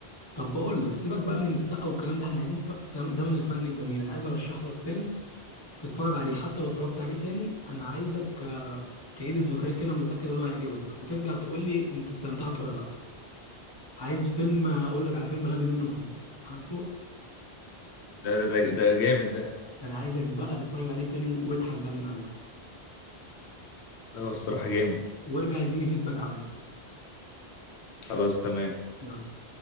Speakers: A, on the left (about 25°); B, on the left (about 85°).
A: طب بقول لك سيبك بقى من السقا والكلام ده احنا عايزين ف... زم- زمن الفن الجميل انا عايز ارشح لك فيلم تتفرج عليه حتى لو اتفرجت عليه تاني انا عايزك آه، تعيد الذكريات كده أنا متأكد ان هو هيعجبك وترجع تقول لي انت استمتعت ولا لا عايز فيلم آه، اقول لك على فيلم غبي منه فيه عارفه
B: ده ده ده ده جامد ده
A: انا عايزك بقى تتفرج عليه تاني واضحك بقى من قلبك
B: ده هو الصراحه جامد
A: وارجع اديني فيدباك عنه
B: خلاص تمام
A: يلا